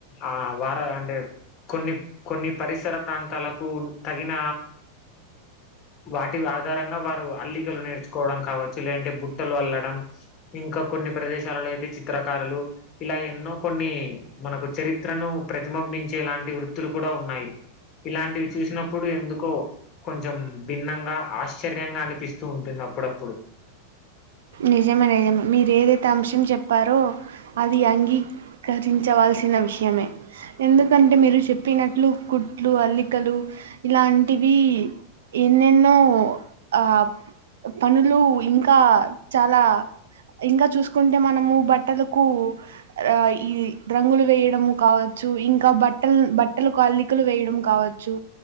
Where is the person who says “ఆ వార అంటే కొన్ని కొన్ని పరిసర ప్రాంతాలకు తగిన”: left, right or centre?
Left